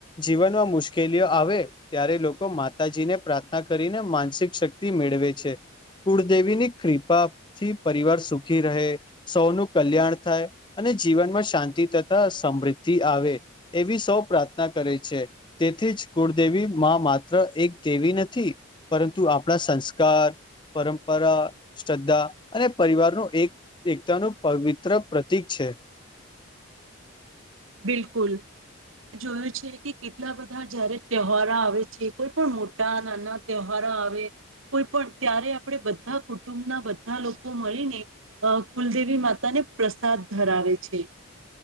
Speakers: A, on the left; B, on the right.
A: જીવનમાં મુશ્કેલીઓ આવે ત્યારે લોકો માતાજી ને પ્રાર્થના કરીને માનસિક શક્તિ મેળવે છે કુળદેવીની ક્રિપા થી પરિવાર સુખી રહે સૌનું કલ્યાણ થાય અને જીવનમાં શાંતિ તથા સમૃદ્ધિ આવે એવી સૌ પ્રાર્થના કરે છે, તેથી કુળદેવી માં માત્ર એક દેવી નથી, પરંતુ આપણા સંસ્કાર પરંપરા, શ્રદ્ધા અને પરિવારનું એક એકતાનું પવિત્ર પ્રતીક છે. <unintelligible>
B: બિલકુલ. જોયું છે કે, કેટલા બધા જયારે તહેવારો આવે છે, કોઈ પણ મોટા-નાના તહેવારો ના આવે. કોઈ પણ ત્યારે આપણે બધા કુટુંબના બધા લોકો મળીને અ કુલદેવી માતા પ્રસાદ ધરાવે છે.